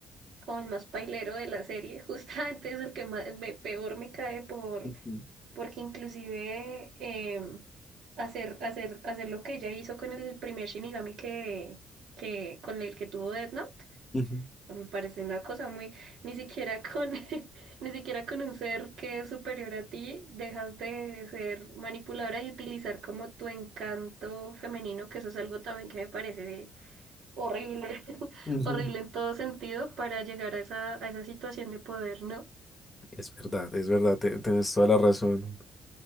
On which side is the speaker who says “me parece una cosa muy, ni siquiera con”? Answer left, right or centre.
Right